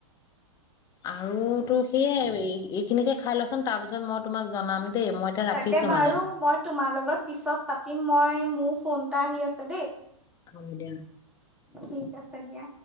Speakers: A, on the left; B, in the centre.
A: আৰু তো সেইয়ে এইখিনিকে খাই লচোন তাৰপিছত মই তোমাক জনাম দেই মই এতিয়া ৰাখিছো
B: তাকে বাৰু
A: মানে।
B: মই তোমাৰ লগত পিছত পাতিম মই মোৰ ফোন এটা আহি আছে দেই
A: হ'ব দিয়া
B: ঠিক আছে দিয়া